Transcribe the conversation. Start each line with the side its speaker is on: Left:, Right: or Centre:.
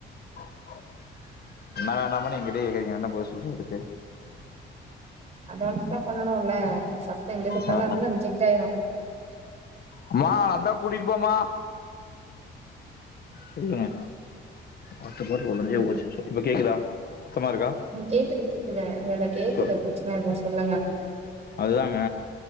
Left: என்னா <unintelligible> பண்ணலான்னு எங்கிட்டயே கேக்குறீங்க என்ன போய் சொல்றதுக்கு
Right: அட்வான்ஸ்டா பண்ணனுல்ல சத்தோ இந்த சத்தோனா
Left: ஆ
Right: எல்லா இன்னு ரிஜெக்ட் ஆயிரு
Left: அம்மா அந்தா கூட்டிட்டு போம்மா சொல்லுங்க வாட்டர் பாட்டில் ஒடஞ்சே
Right: ம்.
Left: போச்சு இப்ப கேக்குதா சத்தமா இருக்கா
Right: ம் கேக்குது கேக்குது இல்லேல்ல கேக்குது
Left: சொல்
Right: பிரெச்சன இல்ல சொல்லுங்க
Left: அதுதாங்க